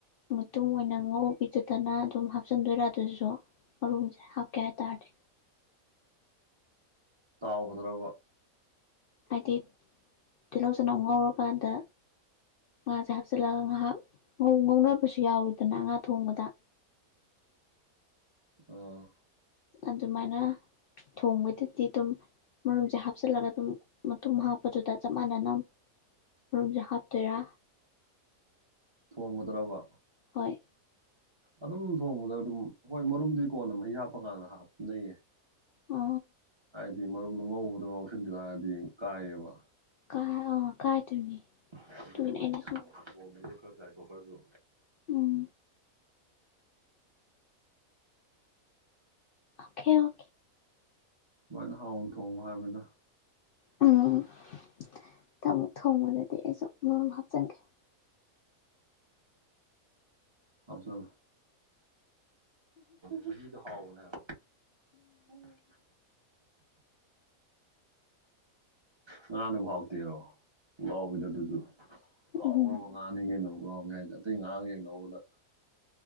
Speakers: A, on the left (about 75°); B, on the right (about 20°).
A: ꯃꯇꯨꯝ ꯑꯣꯏꯅ ꯉꯧꯕꯤꯗꯨꯗꯅ ꯑꯗꯨꯝ ꯍꯥꯞꯆꯟꯗꯣꯏꯔ ꯑꯗꯨꯖꯣ ꯃꯔꯨꯝꯖꯦ ꯍꯥꯞꯀꯦ ꯍꯥꯏꯇꯥꯔꯗꯤ
B: ꯇꯥꯎꯕꯗꯨꯔꯕ
A: ꯍꯥꯏꯗꯤ ꯇꯤꯜꯍꯧ ꯆꯅꯝ ꯉꯧꯔꯀꯥꯟꯗ ꯉꯥꯁꯦ ꯍꯥꯞꯆꯤꯜꯂꯒ ꯉꯥꯏꯍꯥꯛ ꯉꯧꯅꯕꯁꯨ ꯌꯥꯎꯋꯤꯗꯅ ꯉꯥ ꯊꯣꯡꯕꯗ
B: ꯎꯝ
A: ꯑꯗꯨꯃꯥꯏꯅ ꯊꯣꯡꯕꯗꯨꯗꯤ ꯑꯗꯨꯝ ꯃꯔꯨꯝꯁꯦ ꯍꯥꯞꯆꯤꯜꯂꯒ ꯑꯗꯨꯝ ꯃꯇꯨꯝ ꯍꯥꯞꯄꯗꯨꯗ ꯆꯞ ꯃꯥꯟꯅꯅ ꯝꯔꯨꯝꯖꯤ ꯍꯥꯞꯇꯨꯏꯔ
B: ꯊꯣꯡꯕꯗꯔꯕ
A: ꯍꯣꯏ
B: ꯑꯗꯨꯝ ꯊꯣꯡꯕꯗ ꯑꯗꯨꯝ ꯍꯣꯏ ꯃꯔꯨꯝꯗꯨꯗꯤ ꯀꯣꯟꯅ ꯃꯍꯤ ꯍꯥꯞꯄꯀꯥꯟꯗ ꯍꯥꯞꯅꯩꯌꯦ
A: ꯑ
B: ꯍꯥꯏꯗꯤ ꯃꯔꯨꯝꯗ ꯉꯧꯕꯗꯣ ꯉꯧꯁꯤꯟ ꯇꯥꯔꯗꯤ ꯀꯥꯏꯌꯦꯕ
A: ꯀꯥꯏ ꯑ ꯀꯥꯏꯗꯣꯏꯅꯤ
B: ꯈꯔꯁꯨꯥꯏꯀꯣ
A: ꯑꯗꯨꯒꯤꯅꯦ ꯑꯩꯅ ꯁꯨꯝ
B: ꯈꯔꯁꯨ
A: ꯎꯝ ꯑꯣꯀꯦ ꯑꯣ
B: ꯃꯥꯏꯅ ꯍꯥꯎꯅ ꯊꯣꯡꯉꯣ ꯍꯥꯏꯕꯅꯤꯗ
A: ꯎꯝ ꯃꯊꯪ ꯑꯃꯨꯛ ꯊꯣꯡꯕꯗꯗꯤ ꯑꯩꯁꯨ ꯃꯔꯨꯝ ꯍꯥꯞꯆꯤꯟꯒꯦ
B: ꯍꯥꯞꯆꯜꯂꯣ ꯃꯍꯤꯗꯣ ꯍꯥꯎꯕꯅ ꯎꯝ ꯉꯥꯅꯕꯨ ꯍꯥꯎꯇꯦꯔꯣ ꯄꯨꯛꯂꯥꯎꯕꯤꯗ ꯑꯗꯨꯁꯨ ꯍꯥꯎꯒꯕ
A: ꯎꯝ
B: ꯉꯥ ꯉꯥꯅ‌ꯦ ꯀꯩꯅꫭ ꯄꯨꯛꯂꯥꯎꯕꯤ ꯍꯥꯏꯗꯣ ꯑꯇꯩ ꯉꯥꯒ ꯌꯦꯡꯅꯧꯕꯗ